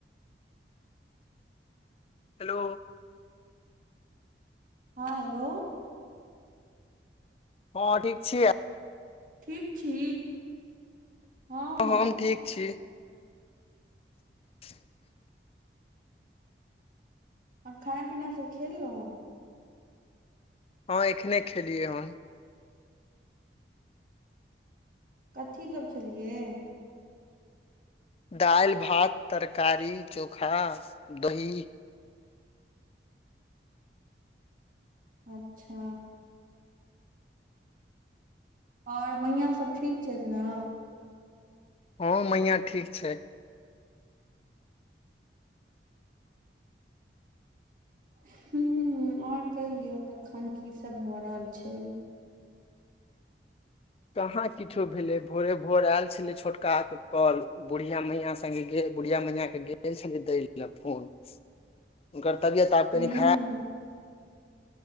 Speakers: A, on the left; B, on the right.
A: hello
B: हँ hello
A: हँ ठीक छियै
B: ठीक छी हँ हँ
A: हम ठीक छी <inaudible>
B: आर खाइना पीना सब खेललहु
A: हँ एखने खेलियै हन
B: कथी सब खेलियै
A: दालि भात तरकारी चोखा दही
B: अच्छा आओर मैय सब ठीक छथि ने
A: हँ मैया ठीक छै
B: ह आऔर कहियौ तखन की सब भ रहल छै
A: कहाँ किछो भेलै भोरे भोर आयल छलै छोटका के कल बुढ़िया मैया सङ्गे बुढ़िया मैया के गेल छलै दै ले फोन उनक तबियत आब
B: हूँ
A: कनि खराब